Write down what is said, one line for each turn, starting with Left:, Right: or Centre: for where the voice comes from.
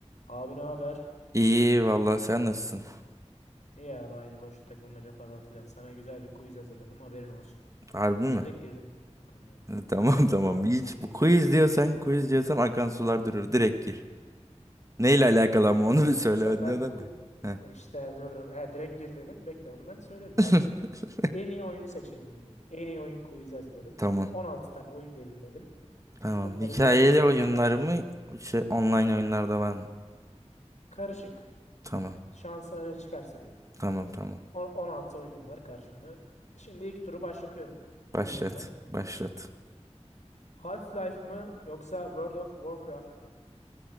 Left: Abi ne haber?
Right: İyi vallahi sen nasılsın?
Left: İyi abi aynı boş takılmaca falan filan. Sana güzel bir quiz hazırladım haberin olsun.
Right: Harbi mi?
Left: Direkt
Right: <laughs>
Left: girdim konuya.
Right: Ha, Tamam tamam.
Left: Harbiciye.
Right: Hiç bu quiz diyorsan quiz diyorsan akan sular durur. Direkt gir. Neyle alakalı ama onu <laughs> bir söyle
Left: Bu sefer
Right: önceden
Left: ku-
Right: de. Heh.
Left: işte dur, e, direkt gir dedin. Bekle onu ben söyleyeyim rahat
Right: <laughs>
Left: ol. En iyi oyunu seçelim bugün. En iyi oyun quiz'i hazırladım.
Right: Tamam.
Left: 16 tane oyun belirledim.
Right: Tamam.
Left: Bunları
Right: Hikayeli
Left: birbirleriyle
Right: oyunlar
Left: karşılaştım.
Right: mı? Şey, online oyunlarda var mı?
Left: Karışık.
Right: Tamam.
Left: Şansına ne çıkarsa diyorum.
Right: Tamam tamam.
Left: On- 16 oyunum var karşımda. Şimdi ilk turu başlatıyorum
Right: Başlat.
Left: izninle.
Right: Başlat.
Left: Half-Life mı yoksa World of Warcraft mı?